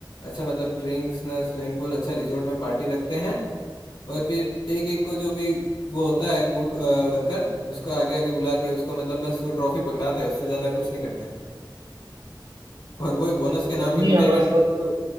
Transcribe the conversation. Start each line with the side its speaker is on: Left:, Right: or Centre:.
Left: अच्छा मतलब ड्रिंक्स ना स्विमिंग पूल अच्छा रिजॉर्ट में पार्टी रखते हैं और फिर एक एक को जो भी वो होता है गुड वर्कर उसको आगे आगे बुला के उसको मतलब बस वो ट्रॉफी पकड़ाते हैं उससे ज़्यादा कुछ नहीं करते और वही
Right: अच्छा
Left: बोनस के नाम
Right: नहीं
Left: पे मिठाई
Right: हमारे
Left: का
Right: साथ तो